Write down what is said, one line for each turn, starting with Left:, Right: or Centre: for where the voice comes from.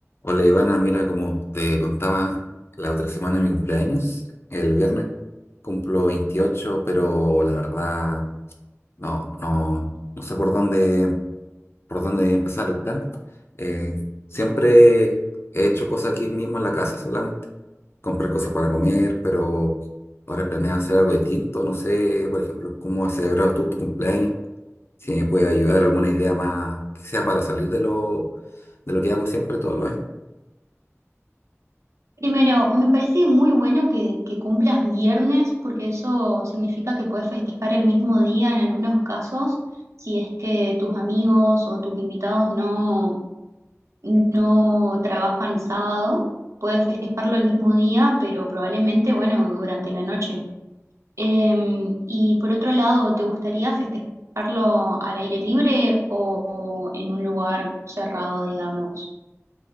Left: Hola Ivana, mira, como te contaba la otra semana de mi cumpleaños, el viernes, cumplo 28, pero la verdad no, no, no sé por dónde, por dónde empezar el plan. Eh, siempre he hecho cosas aquí mismo en la casa solamente, comprar cosas para comer, pero ahora planeo hacer algo distinto, no sé, por ejemplo, cómo has celebrado tú tu cumpleaños, si me puede ayudar alguna idea más que sea para salir de lo, de lo que hago siempre todos los años.
Right: Primero, me parece muy bueno que, que cumplas viernes, porque eso significa que puedes festejar el mismo día en algunos casos, si es que tus amigos o tus invitados no, no trabajan sábado, puedes festejarlo el mismo día, pero probablemente, bueno, durante la noche. Eh, y por otro lado, ¿te gustaría festejarlo al aire libre o en un lugar cerrado, digamos?